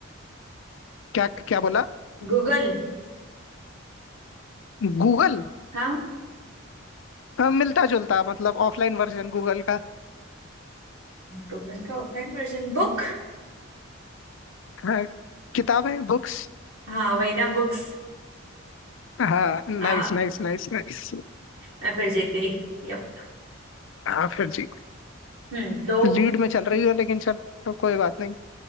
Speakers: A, on the left; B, on the right.
A: क्या क्या बोला
B: गूगल
A: गूगल
B: हाँ
A: हाँ, मिलता जुलता मतलब ऑफलाइन वर्जन गूगल का
B: गूगल का ऑफलाइन वर्जन बुक
A: हाँ, किताबें बुक्स
B: हाँ वही ना बुक्स
A: हाँ नाइस
B: हाँ
A: नाइस नाइस नाइस
B: मैं फिर जीत गई यप
A: हाँ फिर जी
B: हम्म तो
A: लीड में चल रही हो लेकिन चलो कोई बात नहीं